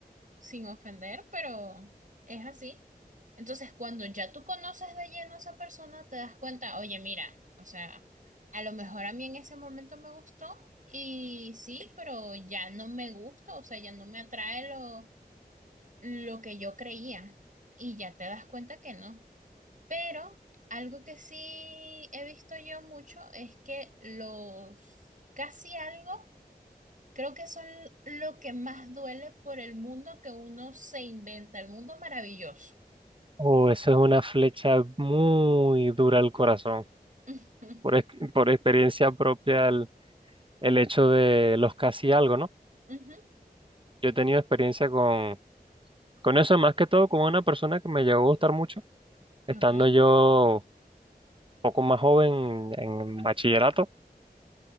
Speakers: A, on the right; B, on the right.
A: sin ofender, pero es así. Entonces, cuando ya tú conoces de lleno a esa persona, te das cuenta, oye, mira, o sea, a lo mejor a mí en ese momento me gustó y sí, pero ya no me gusta, o sea, ya no me atrae lo, lo que yo creía y ya te das cuenta que no. Pero algo que sí he visto yo mucho es que los casi algo Creo que son lo que más duele por el mundo que uno se inventa, el mundo maravilloso.
B: Oh, eso es una flecha muy dura al corazón.
A: <laughs> Ujú,
B: por, ex- por experiencia propia el, el hecho de los casi algo, ¿no?
A: ujú,
B: Yo he tenido experiencia con, con eso, más que todo con una persona que me llegó a gustar mucho, estando
A: Ok,
B: yo poco más joven en bachillerato.